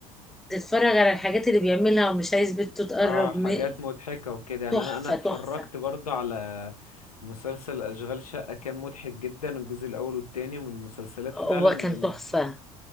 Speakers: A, in the centre; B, on the left (about 80°).
A: تتفرج على الحاجات اللي بيعملها ومش عايز بنته تقرب
B: اه حاجات
A: م...
B: مضحكة وكده يعني
A: تحفة
B: انا انا اتفرجت
A: تحفة
B: برضه على مسلسل اشغال شقة كان مضحك جدا الجزء الاول والتاني ومن المسلسلات
A: هو
B: فعلا ال...
A: كان تحفة